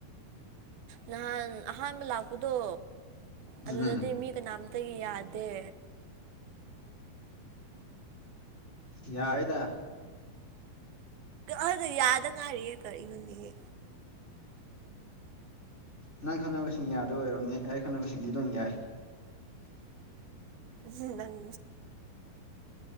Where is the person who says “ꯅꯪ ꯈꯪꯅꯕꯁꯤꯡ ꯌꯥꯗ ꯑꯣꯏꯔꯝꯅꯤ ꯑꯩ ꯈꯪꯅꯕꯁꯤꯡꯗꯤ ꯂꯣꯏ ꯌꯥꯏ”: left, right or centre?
Left